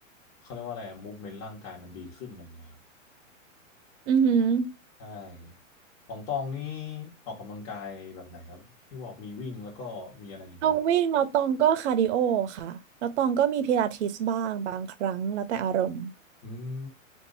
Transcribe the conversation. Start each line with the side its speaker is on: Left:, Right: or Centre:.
Left: เขาเรียกว่าอะไรมูฟเมนต์ร่างกายมันดีขึ้นอะไรเงี้ยครับ
Right: อือหือ
Left: ใช่ของตองนี่ออกกำลังกายแบบไหนครับที่บอกมีวิ่งแล้วก็มีอะไรอีกนะ
Right: ตองวิ่งแล้วตองก็คาร์ดิโอค่ะ แล้วตองก็มีพิลาทิสบ้างบางครั้งแล้วแต่อารมณ์
Left: อืม